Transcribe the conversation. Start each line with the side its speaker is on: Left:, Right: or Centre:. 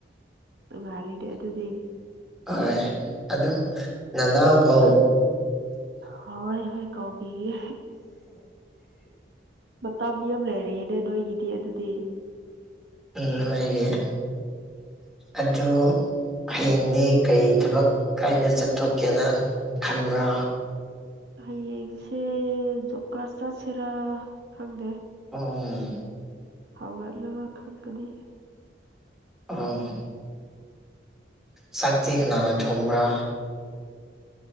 Right: ꯉꯥꯏꯔꯤꯗꯦ ꯑꯗꯨꯗꯤ
Centre: ꯍꯣꯏ ꯑꯗꯨꯣ ꯅꯅꯥꯎ ꯀꯣ
Right: ꯍ ꯍꯣꯏ ꯀꯧꯒꯤꯒꯤ ꯃꯇꯝ ꯑꯃ ꯂꯩꯔꯑꯅꯦ ꯅꯣꯏꯒꯤꯗꯤ ꯑꯗꯨꯗꯤ
Centre: ꯎꯝ ꯂꯩꯔꯤꯦ ꯑꯗꯨꯣ ꯍꯌꯦꯡꯗꯤ ꯀꯔꯤ ꯊꯕꯛ ꯀꯥꯏꯅ ꯆꯠꯊꯣꯛꯀꯦꯅ ꯈꯟꯕ꯭ꯔꯥ
Right: ꯍꯌꯦꯡꯁꯦ ꯖꯣꯕ ꯀꯥꯔꯗ ꯆꯠꯁꯤꯔꯥ ꯈꯪꯗꯦ
Centre: ꯍꯣꯡ
Right: ꯍꯥꯎꯒꯔꯂꯒ ꯈꯪ ꯀꯗꯤ
Centre: ꯑꯥ ꯆꯥꯛꯇꯤ ꯀꯅꯥ ꯊꯣꯨꯝ꯭ꯔꯥ